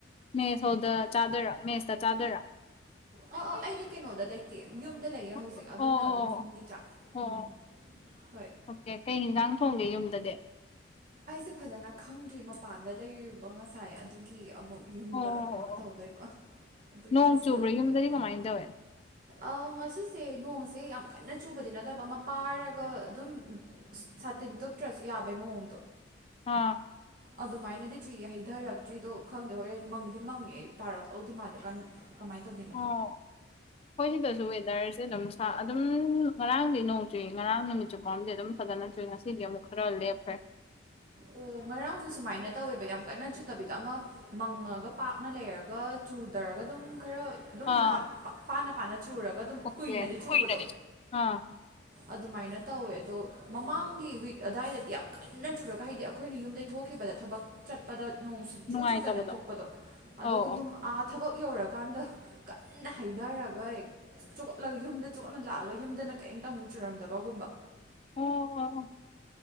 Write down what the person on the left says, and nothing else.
ꯃꯦꯁ ꯍꯣꯜꯗ ꯆꯥꯗꯣꯏꯔꯥ ꯃꯦꯁꯇ ꯆꯥꯗꯣꯏꯔꯥ
ꯑꯣ
ꯑꯣ
ꯑꯣ
ꯑꯣ
ꯑꯣꯀꯦ ꯀꯩ ꯍꯦꯟꯖꯥꯡ ꯊꯣꯡꯒꯦ ꯌꯨꯝꯗꯗꯤ
ꯑꯣ ꯑꯣ
ꯑꯣ
ꯅꯣꯡ
ꯆꯨꯕ꯭ꯔꯥ
ꯌꯨꯝꯗꯗꯤ ꯀꯃꯥꯏꯅ ꯇꯧꯋꯦ
ꯑꯥ
ꯑꯣ ꯈꯣꯏꯁꯤꯗꯁꯨ ꯋꯦꯗꯔꯁ ꯁꯤ ꯑꯗꯨꯝ ꯑꯗꯨꯝ ꯉꯔꯥꯡꯗꯤ ꯅꯣꯡꯆꯨꯏ ꯉꯔꯥꯡ ꯅꯨꯃꯤꯠ ꯆꯨꯞꯄꯝꯗꯤ ꯑꯗꯨꯝ ꯐꯖꯅ ꯆꯨꯏ ꯉꯁꯤꯗꯤ ꯑꯃꯨꯛ ꯈꯔ ꯂꯦꯞ ꯈ꯭ꯔꯦ
ꯑꯥ
ꯑꯣꯀꯦ
ꯀꯨꯏꯅꯗꯤ ꯑꯥ
ꯅꯨꯡꯉꯥꯏꯇꯕꯗꯣ
ꯑꯧ ꯑꯧ
ꯍꯣ ꯍꯣ ꯍꯣ